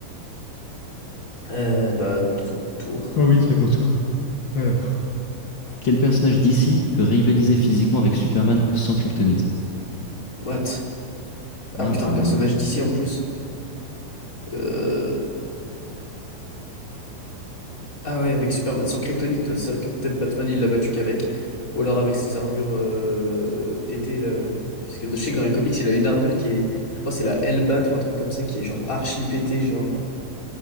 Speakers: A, on the left (about 20°); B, on the left (about 40°).
A: Euh, bah, ton tour.
B: Ah oui, c'est à mon tour. Alors. Quel personnage d'ici peut rivaliser physiquement avec Superman sans kryptonite?
A: What?
B: Non,
A: Ah putain,
B: apparemment.
A: un personnage d'ici en plus. Euh... Ah ouais, avec Superman, sans Kryptonite, ouais, c'est vrai que peut-être Batman, il l'a battu qu'avec. Ou alors avec ses armures euh, pétées, là. Parce que je sais que dans les comics, il a une armure qui est... Je crois que c'est la Hellbat ou un truc comme ça, qui est genre archi pétée, genre... euh,